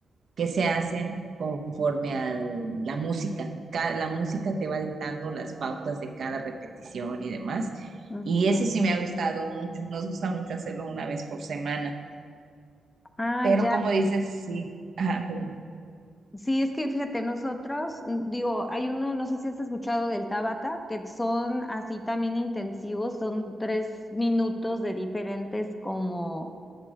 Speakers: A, on the right; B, on the left.
A: que se hacen conforme a la música. Ca- La música te va dictando las pautas de cada repetición y demás.
B: ujú.
A: Y eso sí me ha gustado mucho. Nos gusta mucho hacerlo una vez por semana.
B: Ah,
A: Pero
B: ya.
A: como dices, sí. Ajá, perdón.
B: Sí, es que fíjate, nosotros, mm, digo, hay uno, no sé si has escuchado del Tabata, que son así también intensivos, son tres minutos de diferentes como,